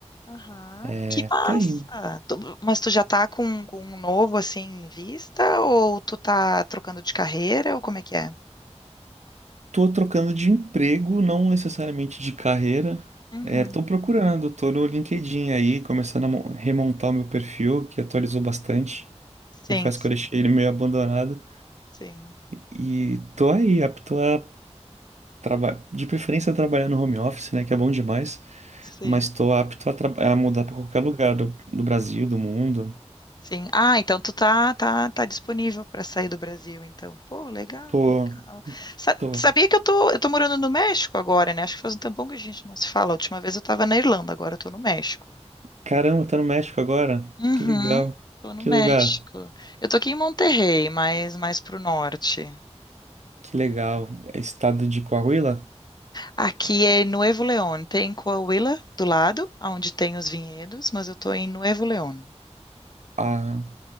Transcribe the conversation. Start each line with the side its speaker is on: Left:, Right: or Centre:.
Left: Aham,
Right: É,
Left: que massa!
Right: tá indo.
Left: Tu- mas tu já tá com, com um novo assim em vista? Ou tu tá trocando de carreira? Ou como é que é?
Right: Tô trocando de emprego, não necessariamente de carreira.
Left: Uhum.
Right: É, tô procurando, tô no LinkedIn aí, começando a mo- remontar o meu perfil, que atualizou bastante.
Left: Sim,
Right: Confesso
Left: sim,
Right: que eu deixei ele meio abandonado.
Left: sim,
Right: E tô aí, apto a trabalhar, de preferência trabalhar no home office, né, que é bom demais.
Left: sim,
Right: mas estou apto a, tra- a mudar para qualquer lugar do, do Brasil, do mundo.
Left: sim. Ah, então tu tá, tá, tá disponível para sair do Brasil, então. Pô, legal,
Right: Tô,
Left: legal. Sa-
Right: tô.
Left: sabia que eu tô, eu tô morando no México agora, né? Acho que faz um tempão que a gente não se fala. A última vez eu tava na Irlanda, agora eu tô no México.
Right: Caramba, tá no México agora?
Left: Uhum.
Right: Que legal.
Left: Tô no
Right: Que
Left: México.
Right: lugar?
Left: Eu tô aqui em Monterrey, mas mais pro norte.
Right: Que legal. É estado de Coahuila?
Left: Aqui é Nuevo León. Tem Coahuila do lado, onde tem os vinhedos, mas eu tô em Nuevo León.
Right: Ah,